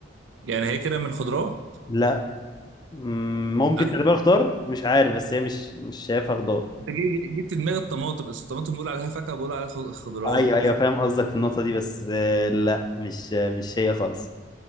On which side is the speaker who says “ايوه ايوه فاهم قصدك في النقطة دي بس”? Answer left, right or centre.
Left